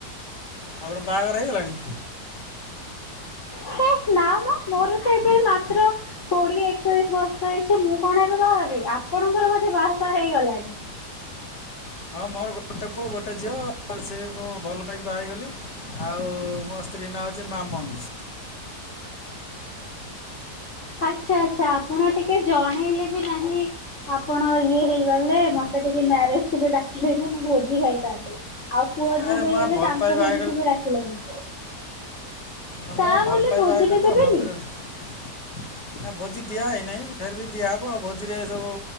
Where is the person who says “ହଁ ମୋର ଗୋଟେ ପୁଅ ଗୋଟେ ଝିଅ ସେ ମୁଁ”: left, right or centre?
Left